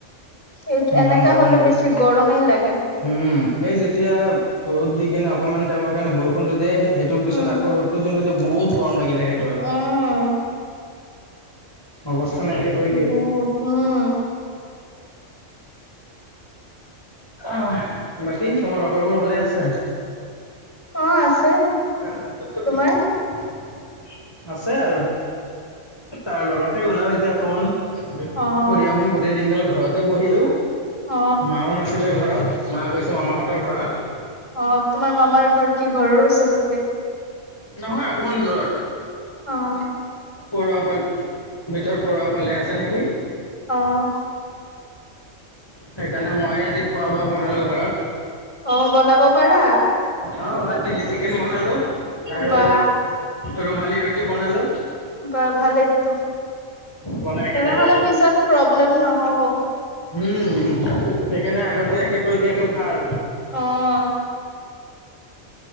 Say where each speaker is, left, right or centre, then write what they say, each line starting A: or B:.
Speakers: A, on the left; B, on the left.
A: এইত
B: ইমান
A: এনেকা
B: গৰম
A: হলে
B: লাগিছে
A: বেছি গৰমেই লাগে।
B: উম' এই যেতিয়া- ৰ'দ দি কেনে অকমান টাইমৰ কাৰে বৰষুণটো দিয়ে। সেইটো পিছত
A: উম,
B: আকৌ ৰ'দটো যোনটো দিয়ে বহুত গৰম লাগি যায়- সেইটো আৰু।
A: উম,
B: অৱস্থা নাইকিয়া কৰি দিয়ে।
A: বহুত উম'।
B: অঁহ বাকী তোমাৰ লগৰ বোৰ ভালেই আছে?
A: অঁ' আছে।
B: <unintelligible>
A: তোমাৰ
B: আছে আৰু। তাৰ লগতে ওলাম এতিয়া অকমান।
A: অঁ'
B: ফুৰি আহোঁ গোটেই দিনডাল ঘৰতে বহিলোঁ,
A: অ
B: মাও নাছিলে ঘৰত। মাঁ গৈছে মামাহঁতৰ ঘৰত।
A: অঁ' তোমাৰ মামাৰ ঘৰ কি ঘৰৰ ওচৰতে?
B: নহয় অকমান দূৰত।
A: অঁ'।
B: পৰুৱা পাল ভিতৰত পৰুৱা ফালে আছে নেকি?
A: অঁ'।
B: সেইকাৰণে মইয়ে আজি খোৱা-বোৱা বনালো ঘৰত।
A: অঁ, বনাব পাৰা?
B: অঁ অ, চিলি চিকেন বনালো, আৰু
A: বা
B: ৰুমালি ৰুটি বনালো।
A: বা ভালেইতো,
B: বনাই
A: তেনেহলে
B: কেনে খালো
A: পিছত প্ৰব্লেম নহ'ব।
B: উম' উম' সেইকাৰণে আগতীয়াকে কৈ দিয়াটো ভাল।
A: অঁ